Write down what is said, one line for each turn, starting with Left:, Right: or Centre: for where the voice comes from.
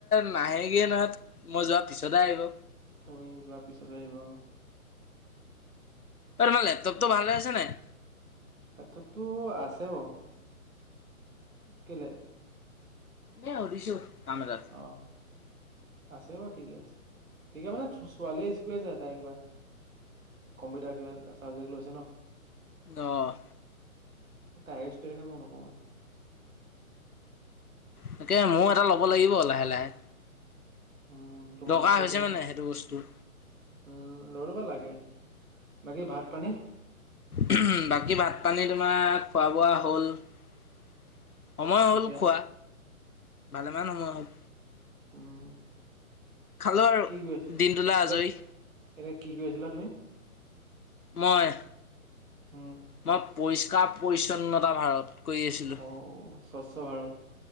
Left: নাহেগেই নহয় মই যোৱাৰ পিছতে আহিব।
Right: তুমি যোৱাৰ পিছতহে আহিব অ
Left: তোমাৰ লেপটপটো ভাল হৈ আছে নাই।
Right: সেইটোতো আছে বাৰু কেলে?
Left: এই সুধিছো কাম এটাত
Right: অ'। আছে বাৰু ঠিকে আছে ঠিকে মানে ছোৱালীয়ে কৰি আছে তাই কিবা, কম্পিউটাৰ কিবা চাবজেক্ট লৈছে ন
Left: অহ
Right: তাই ইউজ কৰি থাকে, মই নকৰোঁৱে।
Left: তাকে মও এটা ল'ব লাগিব লাহে লাহে
Right: উম, তোমাৰটোতো
Left: দৰকাৰ হৈছে
Right: তুমি
Left: মানে
Right: উম,
Left: সেইটো বস্তুৰ
Right: লৈ লবা লাগে এটা বাকী ভাত পানী
Left: উমহ বাকি ভাত পানী তোমাৰ খোৱা বোৱা হ'ল সময় হ'ল
Right: এতিয়া
Left: খোৱা, ভালেমান সময় হ'ল।
Right: উম।
Left: খালো আৰু
Right: কি কৰি আছিলা?
Left: দিনটোলে আজৰি
Right: এতিয়া এতিয়া কি কৰি আছিলা তুমি?
Left: মই
Right: উম।
Left: মই পৰিষ্কাৰ পৰিচ্ছন্নতা ভাৰত কৰি আছিলোঁ
Right: অ স্বচ্ছ ভাৰত।